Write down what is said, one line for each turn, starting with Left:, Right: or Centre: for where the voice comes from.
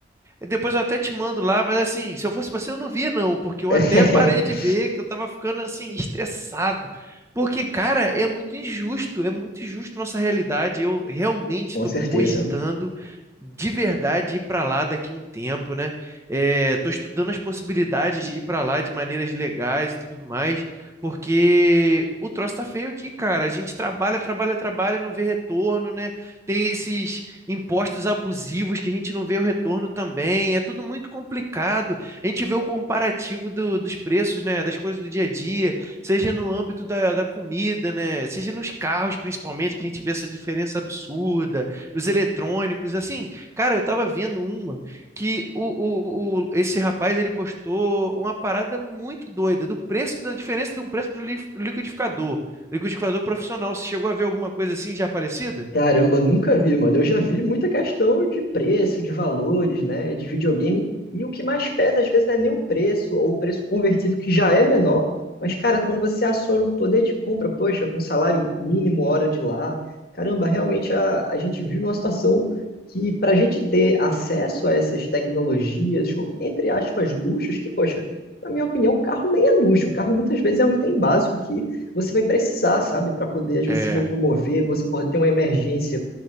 Right: Depois eu até te mando lá, mas assim, se eu fosse você, eu não via, não, porque eu
Left: <laughs>
Right: até parei de ver que eu tava ficando assim, estressado. Porque, cara, é muito injusto, é muito injusto nossa realidade. Eu realmente
Left: Com
Right: estou
Left: certeza.
Right: cogitando de verdade ir para lá daqui um tempo, né? Estou estudando as possibilidades de ir para lá de maneiras legais e tudo mais, porque o troço tá feio aqui, cara. A gente trabalha, trabalha, trabalha, e não vê retorno, né? Tem esses impostos abusivos que a gente não vê o retorno também. É tudo muito complicado. A gente vê o comparativo do- dos preços, né, das coisas do dia a dia, seja no âmbito da, da comida, né, seja nos carros, principalmente, que a gente vê essa diferença absurda, nos eletrônicos, assim. Cara, eu tava vendo uma que o, o, o- esse rapaz ele postou uma parada muito doida do preço, da diferença de um preço do li- liquidificador. Liquidificador profissional. Você chegou a ver alguma coisa assim já parecida?
Left: Caramba, nunca vi, mano. Eu já vi muita questão de preço, de valores, né, de videogame. E o que mais pesa, às vezes, não é nem o preço ou o preço convertido, que já é menor. Mas, cara, quando você aciona o poder de compra, poxa, com salário mínimo, hora de lá, caramba, realmente a, a gente vive numa situação que, para a gente ter acesso a essas tecnologias, ou, entre aspas, luxos, que, poxa, na minha opinião, o carro nem é luxo. O carro muitas vezes é um item básico que você vai precisar, sabe, para poder às vezes
Right: É,
Left: se locomover, você pode ter uma emergência